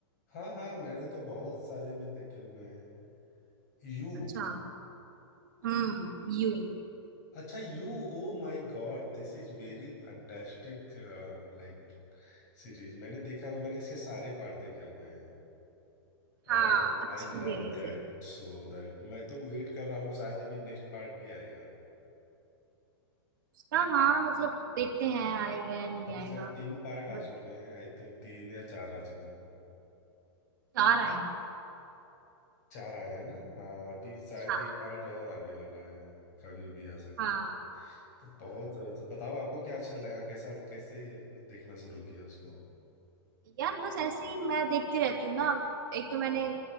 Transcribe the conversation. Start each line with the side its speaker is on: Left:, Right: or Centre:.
Left: हाँ हाँ मैंने तो बहुत सारे में देखे हुए हैं यू
Right: अच्छा हम्म यू
Left: अच्छा you Oh my god this is very fantastic Like series मैंने देखा हुआ मैंने इसके सारे पार्ट देखे हुए हैं
Right: हाँ
Left: और
Right: अच्छी
Left: I love
Right: सीरीज
Left: that
Right: है
Left: So that मैं तो वेट कर रहा हूँ शायद अभी नेक्स्ट पार्ट भी आएगा
Right: उसका हाँ मतलब देखते हैं आएगा या नहीं
Left: अभी शायद
Right: आएगा
Left: तीन पार्ट आ
Right: बट
Left: चुके हैं आई थिंक तीन या चार आ चुके हैं
Right: चार आए
Left: चार आए हैं ना हाँ अभी शायद
Right: हाँ
Left: एक पार्ट और आने वाला है कभी भी आ सकता
Right: हाँ
Left: है तो बहुत तो बताओ आपको क्या अच्छा लगा कैसा कैसे देखना शुरू किया उसको
Right: यार बस ऐसे ही मैं देखती रहती हूँ ना एक तो मैंने